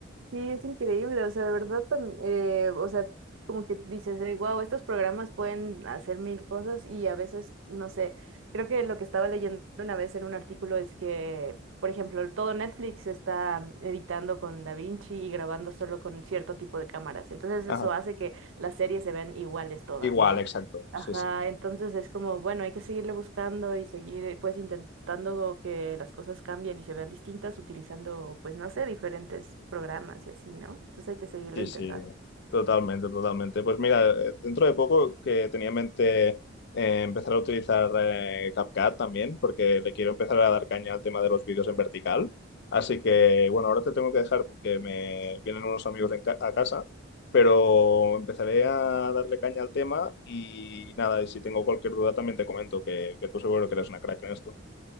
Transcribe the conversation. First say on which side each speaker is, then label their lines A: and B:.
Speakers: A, on the right (about 75°); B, on the left (about 60°).
A: Sí, es increíble, o sea, de verdad, tam- eh, o sea, como que dices, wow, estos programas pueden hacer mil cosas y a veces, no sé, creo que lo que estaba leyendo una vez en un artículo es que, por ejemplo, todo Netflix está editando con DaVinci y grabando solo con cierto tipo de cámaras, entonces
B: Ajá.
A: eso hace que las series se vean iguales todas,
B: Igual,
A: ¿no?
B: exacto. Sí,
A: Ajá,
B: sí.
A: entonces es como, bueno, hay que seguirle buscando y seguir pues intentando que las cosas cambien y se vean distintas utilizando pues no sé, diferentes programas y así, ¿no? Entonces hay que seguirle
B: Sí,
A: intentando.
B: sí, totalmente, totalmente. Pues mira, eh, dentro de poco que tenía en mente eh, empezar a utilizar eh, CapCut también, porque le quiero empezar a dar caña al tema de los vídeos en vertical. Así que, bueno, ahora te tengo que dejar porque me vienen unos amigos en ca- a casa, pero empezaré a darle caña al tema y nada, y si tengo cualquier duda también te comento, que, que tú seguro que eres una crack en esto.